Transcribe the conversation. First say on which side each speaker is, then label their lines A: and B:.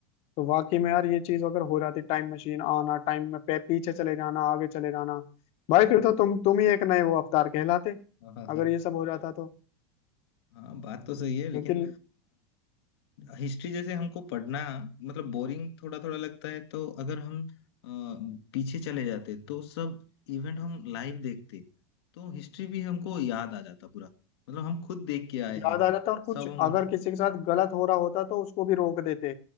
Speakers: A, on the left; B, on the left.
A: तो वाकई में यार ये चीज अगर हो जाती टाइम मशीन आना टाइम में पे, पीछे चले जाना आगे चले जाना भाई फिर तो तुम तुम ही एक नए वो अवतार कहलाते
B: भाई
A: अगर
B: <laughs>
A: ये सब हो जाता तो
B: हाँ बात तो सही है लेकिन
A: क्योंकि
B: हिस्ट्री जैसे हमको पढ़ना मतलब बोरिंग थोड़ा थोड़ा लगता है तो अगर हम अ, पीछे चले जाते तो सब इवेंट हम लाइव देखते तो हिस्ट्री भी हमको याद आ जाता पूरा मतलब हम खुद देख के आए
A: याद
B: हैं
A: आ जाता और कुछ
B: सब हम
A: अगर किसी के साथ गलत हो रहा होता तो उसको भी रोक देते